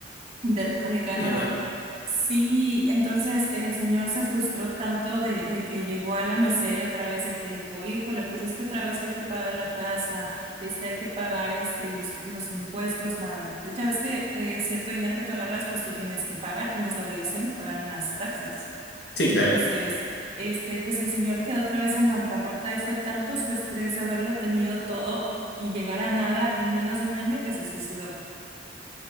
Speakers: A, on the right; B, on the left.
A: de lo que había ganado.
B: Y no,
A: Sí, entonces el señor se frustró tanto de, de que llegó a la miseria otra vez, de que dijo, híjole, pues es que otra vez hay que pagar la casa, este, hay que pagar este, los, los impuestos, man. Ya ves que de cierto dinero que tú agarras, pues tú tienes que pagar, tienes la obligación de pagar unas taxas.
B: sí,
A: Entonces,
B: claro.
A: este, pues el señor quedó otra vez en bancarrota y fue tanto su estrés haberlo tenido todo y llegar a nada en menos de un año que se suicidó.